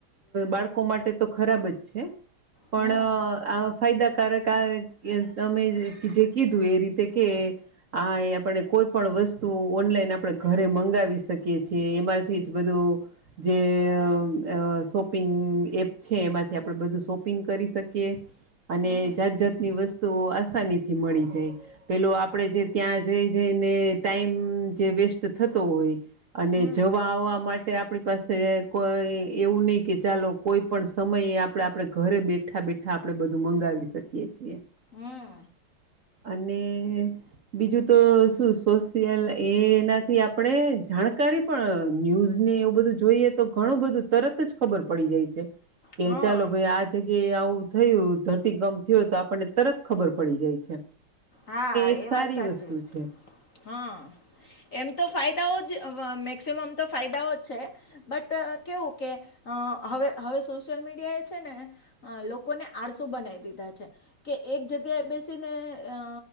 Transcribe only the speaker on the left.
હમ
હમ
હમ
હમ
હા
હા
એ
વાત સાચી
હા એમ તો ફાયદાઓ અવ મેક્સ તેમ તો ફાયદાઓ જ છે બટ કેવું કે હવે હવે સોશિયલ મીડિયા એ છે ને લોકોને આળસુ બનાવી દીધા છે કે એક જગ્યાએ બેસીને અ